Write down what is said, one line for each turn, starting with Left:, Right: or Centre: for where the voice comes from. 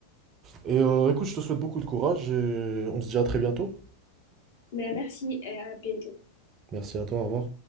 Right: et euh, écoute, je te souhaite beaucoup de courage et on se dit à très bientôt.
Left: Ben, merci et à bientôt.
Right: Merci à toi, au revoir.